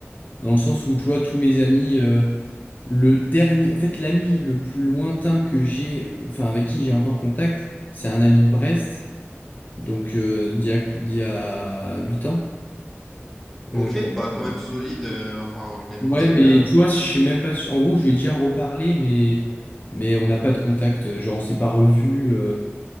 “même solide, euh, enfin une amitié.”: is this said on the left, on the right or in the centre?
Centre